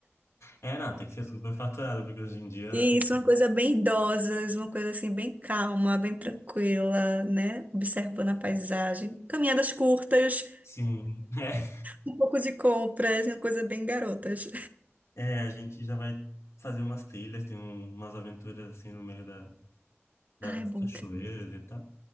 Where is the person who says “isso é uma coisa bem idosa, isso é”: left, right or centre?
Right